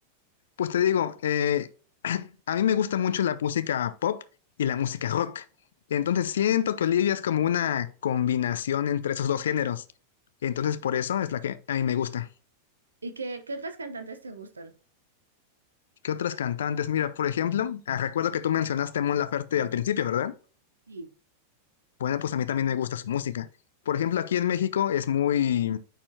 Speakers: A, on the left (about 60°); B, on the right (about 75°).
A: Pues te digo, eh, <clears throat> a mí me gusta mucho la música pop y la música rock. Entonces siento que Olivia es como una combinación entre esos dos géneros. Entonces por eso es la que a mí me gusta.
B: ¿Y qué, qué otras cantantes te gustan?
A: ¿Qué otras cantantes? Mira, por ejemplo, ah, recuerdo que tú mencionaste a Mon Laferte al principio, ¿verdad?
B: Sí.
A: Bueno, pues a mí también me gusta su música. Por ejemplo, aquí en México es muy,